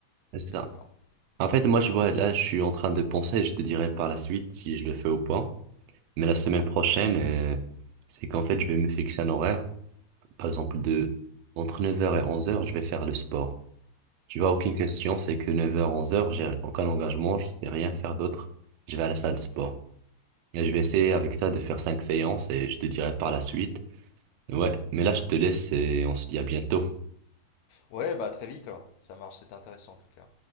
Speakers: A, on the right; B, on the left.
A: Ouais, C'est
B: quelque
A: ça.
B: part.
A: En fait, moi,
B: Voilà.
A: je vois, là, je suis en train de penser, je te dirai par la suite si je le fais ou pas.
B: Mhm.
A: Mais la semaine
B: Ouais.
A: prochaine, euh, c'est qu'en fait, je vais me fixer un horaire Par exemple, de entre neuf heures et onze heures, je vais faire le sport. Tu vois, aucune
B: Mhm,
A: question, c'est que neuf heures onze heures, j'ai aucun engagement, je vais rien faire d'autre. Je vais à la salle de sport.
B: mhm.
A: Et je vais essayer avec ça de faire 5 séances et je te dirai par la suite. Ouais, mais là, je te laisse et on se dit à bientôt.
B: Ouais, bah très vite, hein. ça marche, c'est intéressant en tout cas.